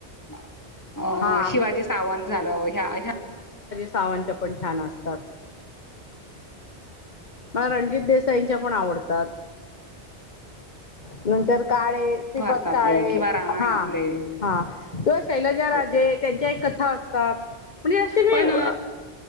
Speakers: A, on the left (about 15°); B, on the left (about 40°).
A: हा अं
B: हा
A: शिवाजी सावंत झालं ह्या ह्या
B: सावांच्या पण छान असतात. मला रणजित देसाईंच्या पण आवडतात. नंतर काळे श्रीपात
A: भारतातले
B: काळे
A: किंवा रामायणातले
B: हा हा किंवा शैलजा राजे
A: हो
B: त्यां काय कथा असतात. म्हणजे असे मी
A: पण